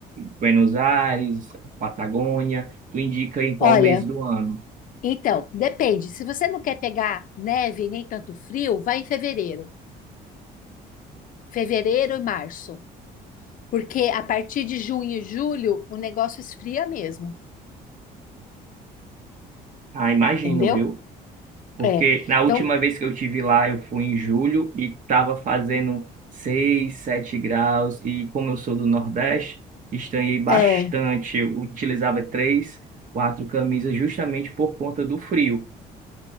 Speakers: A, on the right; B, on the left.
A: Buenos Aires, Patagônia. Tu indica aí qual
B: Olha.
A: mês do ano.
B: Então, depende. Se você não quer pegar neve nem tanto frio, vai em fevereiro. Fevereiro e março. Porque a partir de junho e julho o negócio esfria mesmo,
A: Ah, imagino,
B: entendeu?
A: viu? Porque
B: É.
A: na
B: Então,
A: última vez que eu tive lá, eu fui em julho e estava fazendo 6 7 graus. E como eu sou do Nordeste, estranhei bastante.
B: é.
A: Eu utilizava três, quatro camisas justamente por conta do frio.